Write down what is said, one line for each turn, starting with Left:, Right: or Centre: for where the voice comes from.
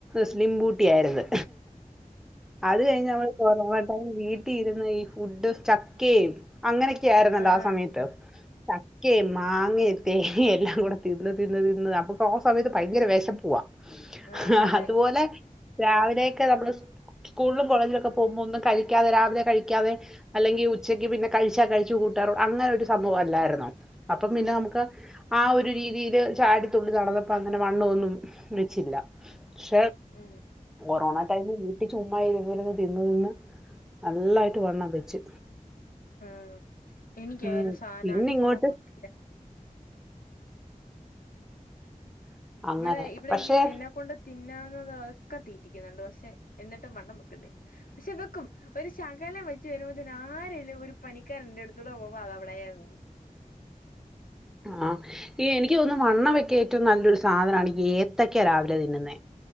Centre: സ്ലിംബൂട്ടി ആയിരുന്നു അത് കഴിഞ്ഞ നമ്മള് കൊറോണടൈം വീട്ടി ഇരുന്ന് ഈ ഫുഡ് ചക്കയും അങ്ങനെ ആയിരുന്നല്ലോ
Left: ആഹ്
Centre: ആ സമയത്ത് ചക്കേം, മാങ്ങേ, തേങ്ങേ എല്ലാം കൂടെ തിന്ന് തിന്ന് തിന്ന് അപ്പൊക്ക് ആ സമയത്ത് ഭയങ്കര വിശപ്പവാ
Left: ആഹ്
Centre: ആ
Left: അതെ
Centre: അതുപോലെ രാവിലെയൊക്കെ നമ്മള് സ്കൂളും കോളേജിലും ഒക്കെ പോകുമ്പോ ഒന്നും കഴിക്കാതെ രാവിലെ കഴിക്കാതെ അല്ലെങ്കിൽ ഉച്ചയ്ക്ക് പിന്നെ കഴിച്ചാ കഴിച്ച <unintelligible> അങ്ങനെ സംഭവല്ലാരുന്നോ. അപ്പ പിന്നെ നമുക്ക് ആ ഒരു രീതില് ചാടിതു നടന്നപ്പ അങ്ങനെ വണ്ണോം ഒന്നും വചില്ല. പക്ഷ
Left: ഉം
Centre: കൊറോണാ <unintelligible> വീട്ടി ചുമ്മായി ഇരുന്ന് തിന്നു തിന്ന് നല്ലായിട്ട് വണ്ണം വെച്ച്.
Left: ആഹ എനിക്ക്
Centre: ഉം
Left: ആ ഒരു സാധനം
Centre: പിന്നെ
Left: അടുത്തൂടെ
Centre: ഇങ്ങോട്ട്
Left: പൊയിട്ടില്ല.
Centre: ആ അങ്ങനെ
Left: ഇവിടെ ഇവിടെയ്യോ
Centre: പക്ഷെ
Left: എന്നെക്കൊണ്ട് തിന്നാ ക്കെ തീറ്റിക്കുന്നുണ്ട്. പക്ഷെ എന്നിട്ടും വണ്ണം വെക്കുന്നില്ല പക്ഷെ വെക്കും ഒരു ശകലം വെച്ച് വരതിന്ആരലും ഒരു പണിക്കാരൻ എന്റെ അടുത്തൂടെ പോക്പോ അത അവളെ വെളയാകും.
Centre: ആഹ ഈ എനിക്ക് തോന്നുന്നു വണ്ണം വെക്കാൻഏറ്റവും നല്ലൊരു സാധനമാണ്ഏത്തക്ക രാവിലെ തിന്നുന്നേ.